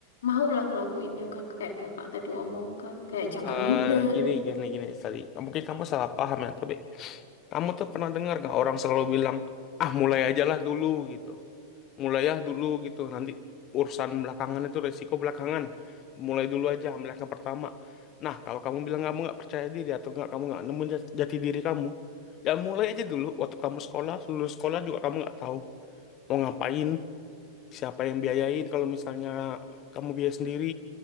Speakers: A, on the left; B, on the left.
A: maulah ngelakuin yang kakak kayak kakak tadi omongkan kayak jangan
B: Eh,
A: minder
B: gini, gini, gini, tadi. Mungkin kamu salah paham ya, tapi kamu tuh pernah dengar gak orang selalu bilang, ah mulai aja lah dulu gitu. Mulai ya dulu gitu, nanti urusan belakangan itu resiko belakangan. Mulai dulu aja, ambil yang pertama. Nah, kalau kamu bilang kamu nggak percaya diri atau nggak kamu nggak nemu jat- jati diri kamu, ya mulai aja dulu. Waktu kamu sekolah, lulus sekolah juga kamu nggak tahu mau ngapain siapa yang biayain kalau misalnya kamu biaya sendiri